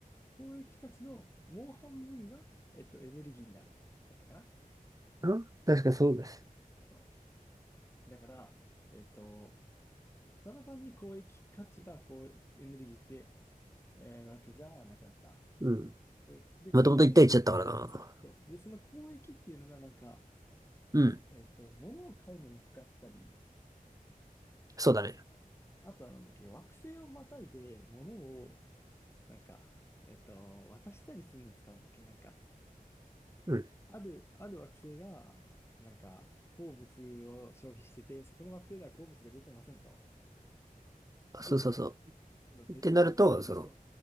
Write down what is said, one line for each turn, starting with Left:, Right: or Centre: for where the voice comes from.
Left: 公益価値のもう半分が、えっと、エネルギーになる。だったかな。
Right: うん確かそうです。
Left: そうだから、えっと、ただ単に公益価値がこうエネルギーって、えーわけじゃなくなった。
Right: うん。
Left: えで、公益。
Right: もともと1対1だったからな。
Left: そう。で、その公益っていうのがなんか、
Right: うん。
Left: えっと、物を買うのに使ったり、
Right: そうだね。
Left: あ、あとはなんだっけ、惑星をまたいで物を、なんか、えっと、渡したりするのに使うんだっけ、なんか、
Right: うん。
Left: ある、ある惑星が、なんか、鉱物を消費してて、そこの惑星では鉱物が出てませんと。
Right: そうそうそ
Left: で、その別の惑星で、
Right: う。ってなると、その、